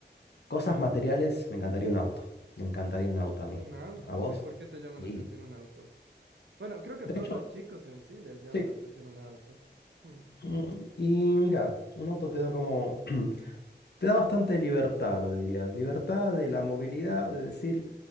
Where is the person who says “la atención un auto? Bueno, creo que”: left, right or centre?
Right